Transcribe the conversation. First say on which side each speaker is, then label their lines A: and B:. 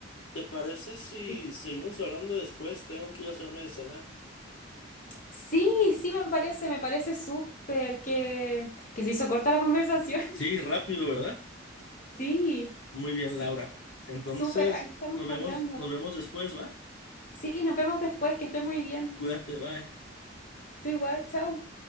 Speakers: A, on the left; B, on the left.
A: ¿te parece si
B: sí.
A: seguimos hablando después? Tengo que ir a hacerme de cenar.
B: Sí, sí, me parece, me parece súper que, que se hizo corta la conversación. <laughs>
A: Sí, rápido, ¿verdad?
B: Sí,
A: Muy bien,
B: sí,
A: Laura. Entonces,
B: súper, ahí estamos
A: nos vemos,
B: hablando.
A: nos vemos después, ¿va?
B: Sí, nos vemos después, que estés muy bien.
A: Cuídate, bye.
B: Tú igual, chao.